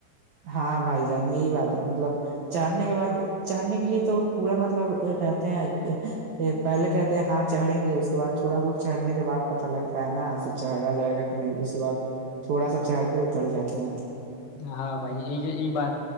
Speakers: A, on the right (about 70°); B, on the left (about 80°).
A: ہاں بھائی جان یہی بات ہے مطلب چڑھنے کے بعد چڑھنے کے لیے تو پورا مطلب رہتے ہیں پہلے کہتے ہیں ہاں چڑھیں گے اس کے بعد تھوڑا دور چڑھنے کے بعد پت لگتا ہے نا چڑھا جائے گا کہ نہیں اس کے بع تھوڑا سا چڑھ کے اتر جاتے ہیں
B: ہاں بھائی ج یہ بات